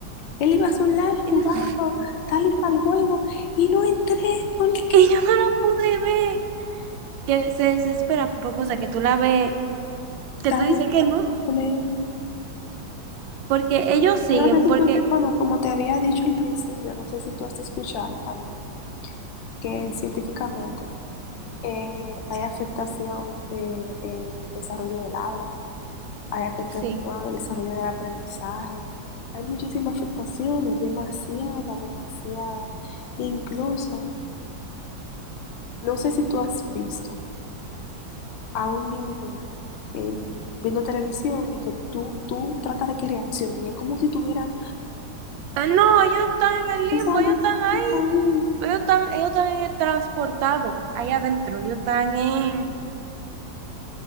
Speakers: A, on the left; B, on the right.
A: Él iba a su live
B: Y,
A: jugando
B: no-
A: tal y cual juego y no entré. ¿Por
B: <laughs>
A: qué?
B: y yo no lo pude ver. Que se desesperan por cosas que tú la ves, que
A: Tan
B: tú dices que no.
A: simple.
B: Porque ellos siguen,
A: No sé si
B: porque
A: tú, bueno, como te había dicho al principio, no sé si tú has escuchado también que científicamente eh, hay afectación eh, en el desarrollo del habla. Hay afectación
B: sí.
A: el desarrollo del aprendizaje. Hay muchísimas afectaciones, demasiada, demasiada. Incluso, no sé si tú has visto a un niño eh, viendo televisión y que tú, tú tratas de que reaccione y es como si tuviera,
B: Ah, No, ellos están en el limbo,
A: o sea,
B: ellos
A: yo
B: están
A: estoy
B: ahí,
A: ahí.
B: pero ellos están, ellos están en el transportado, ahí adentro, ellos están en...